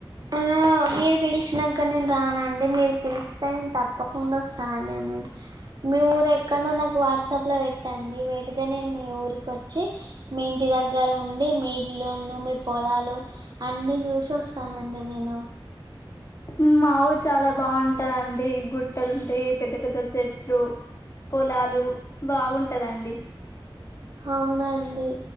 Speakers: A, on the right; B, on the left.
A: ఆ మీరు పిలిచినాంకా నేను రానా అండీ మీరు పిలిస్తే నేను తప్పకుండా వస్తానండి మీ ఊరు ఎక్కడనో నాకు వాట్సాప్లో పెట్టండి పెడితే నేను మీ ఊరికి వచ్చి మీ ఇంటి దగ్గర ఉండి మీ ఇల్లును మీ పొలాలు అన్ని చూసి వస్తానండి నేను
B: హ్మ్ మా ఊరు చాలా బాగుంటదండి గుట్టలుంటాయి పెద్ద పెద్ద చెట్లు పొలాలు బాగుంటదండి
A: అవునా అండీ